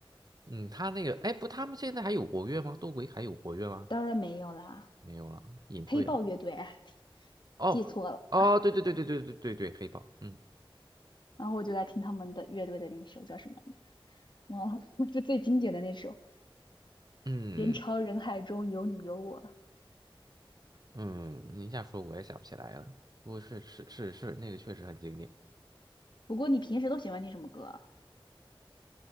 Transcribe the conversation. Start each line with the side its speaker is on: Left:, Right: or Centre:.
Right: 嗯，他那个，哎，不，他们现在还有活跃吗？窦唯还有活跃吗？
Left: 当然没有啦，
Right: 没有了，隐退了。
Left: 黑豹乐队，哎
Right: 哦哦，
Left: 记错了。
Right: 对对对对对对对对，黑豹，嗯。
Left: 然后我就在听他们的乐队的那首叫什么，忘了，<laughs> 就最经典的那首
Right: 嗯
Left: 《人潮人海中有你有我》。
Right: 嗯，你一下说我也想不起来了。不过是是是是，那个确实很经典。
Left: 不过你平时都喜欢听什么歌啊？